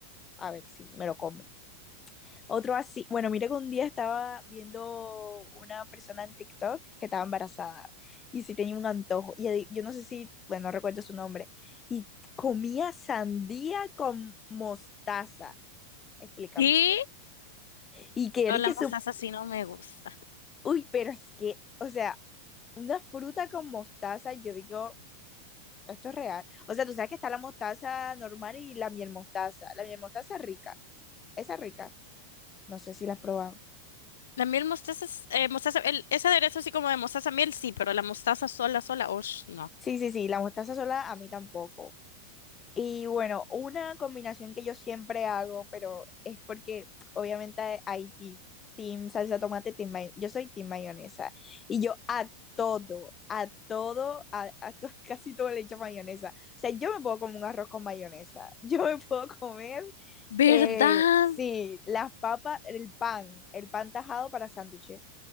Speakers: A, on the left; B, on the left.
A: a ver si me lo como. Otro así, bueno, mira que un día estaba viendo una persona en TikTok que estaba embarazada y sí tenía un antojo. Y adi- yo no sé si, bueno, no recuerdo su nombre. Y comía sandía con mostaza. Explícame.
B: Y
A: Y que Eric
B: no, la mostaza
A: su...
B: sí no me gusta.
A: Uy, pero es que, o sea, una fruta con mostaza, yo digo, esto es real. O sea, tú sabes que está la mostaza normal y la miel mostaza. La miel mostaza es rica. Esa es rica. No sé si la has probado.
B: La miel mostaza, es- eh, mostaza el- ese aderezo así como de mostaza miel, sí, pero la mostaza sola, sola, osh, no.
A: Sí, sí, sí, la mostaza sola a mí tampoco. Y bueno, una combinación que yo siempre hago, pero es porque obviamente hay ti- team salsa tomate, team may- yo soy team mayonesa. Y yo a todo, a todo, a, a to- <laughs> casi todo le echo mayonesa. O sea, yo me puedo comer un arroz con mayonesa. <laughs> Yo me puedo comer,
B: ¿Verdad?
A: eh, sí, las papas, el pan, el pan tajado para sándwiches.